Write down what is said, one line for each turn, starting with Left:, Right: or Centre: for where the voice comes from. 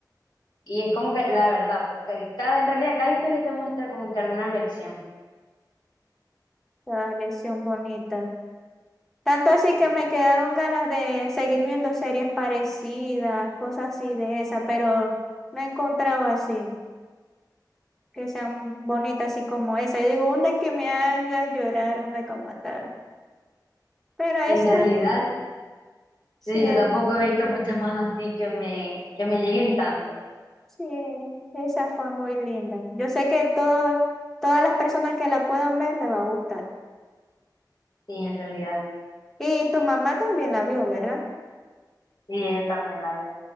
Left: y es como que la verdad, pues, que cada, en realidad, cada historia te muestra como que alguna lección.
Centre: La lección bonita. Tanto así
Left: Sí.
Centre: que me quedaron ganas de seguir viendo series parecidas, cosas así de esa, pero no he encontrado así. que sean bonitas, así como esa. Yo digo una que me haga llorar, una como tal. Pero esa,
Left: En realidad,
Centre: sí,
Left: sí,
Centre: es-
Left: yo tampoco he visto muchas más así que me, que me lleguen tanto.
Centre: sí, esa fue muy linda. Yo sé que todo, todas las personas que la puedan ver les va a gustar.
Left: Sí, en realidad.
Centre: Y tu mamá también la vio, ¿verdad?
Left: Sí, yo también la veo.